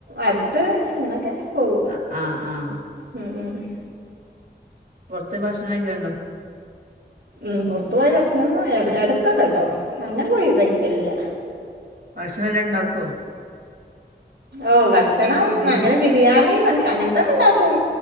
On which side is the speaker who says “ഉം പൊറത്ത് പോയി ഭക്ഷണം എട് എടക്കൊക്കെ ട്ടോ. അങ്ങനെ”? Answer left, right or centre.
Right